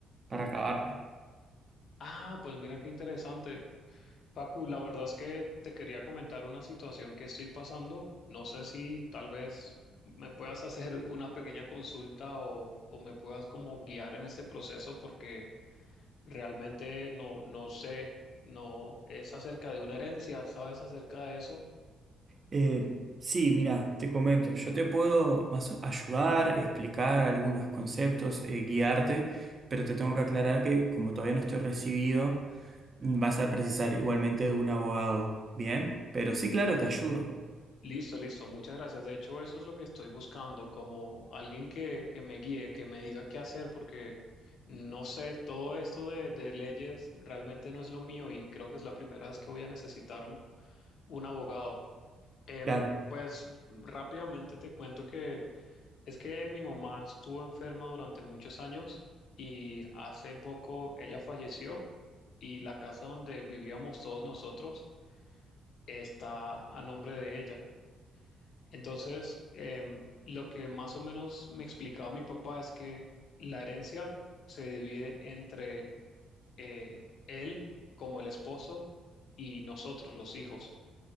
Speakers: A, on the right; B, on the left.
A: para acabarlo.
B: Ah, pues mira qué interesante. Facu, la verdad es que te quería comentar una situación que estoy pasando. No sé si tal vez me puedas <laughs> hacer una pequeña consulta o, o me puedas como guiar en este proceso porque realmente no, no sé, no es acerca de una herencia, ¿sabes acerca de eso?
A: Eh, sí, mira, te comento, yo te puedo más ayudar, explicar algunos conceptos, eh, guiarte, pero te tengo que aclarar que como todavía no estoy recibido, vas a precisar igualmente de un abogado, ¿bien? Pero sí, claro, te ayudo.
B: Listo, listo, muchas gracias. De hecho, eso es lo que estoy buscando, como alguien que, que me guíe, que me diga qué hacer porque... No sé, todo esto de, de leyes realmente no es lo mío y creo que es la primera vez que voy a necesitar un Un abogado. Em,
A: Claro.
B: pues rápidamente te cuento que es que mi mamá estuvo enferma durante muchos años y hace poco ella falleció y la casa donde vivíamos todos nosotros está a nombre de ella. Entonces, em, lo que más o menos me explicaba mi papá es que la herencia se divide entre eh, él como el esposo y nosotros los hijos.